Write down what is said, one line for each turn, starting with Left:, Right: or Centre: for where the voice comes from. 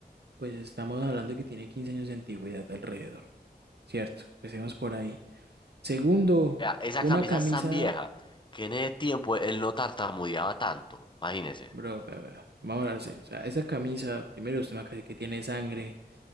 Right: pues estamos hablando que tiene 15 años de antigüedad alrededor, ¿cierto? Empecemos por ahí. Segundo,
Left: Vea, esa
Right: una
Left: camisa
Right: camisa
Left: es tan vieja que en ese tiempo él no tartamudeaba tanto. Imagínese.
Right: Bro, vea, vea, vamos a hablar serio. O sea, esa camisa, primero usted me acaba de decir que tiene sangre,